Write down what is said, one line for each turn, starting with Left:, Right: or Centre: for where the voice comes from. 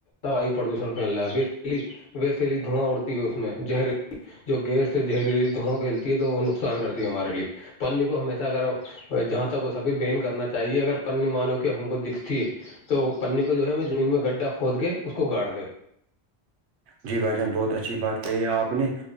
Left: وایو پردوشن <inaudible> ویسےلی دھواں اڑتی ہے اس میں جہریلی جو گیس سے زہریلی دھواں پھیلتی ہے تو نکسان کرتی ہمارے لیے پنی کو ہمیشہ اگر جہاں تک ہو سک کرنا چاہیے اگر پننی مانو کے ہم کو دکھتی ہے تو پنی کو جو ہے زمین میں گڈھا کھود کے اس کو گاڑ دے
Right: جی بھائی جان بہت اچھی بات کہی ہے آپ نے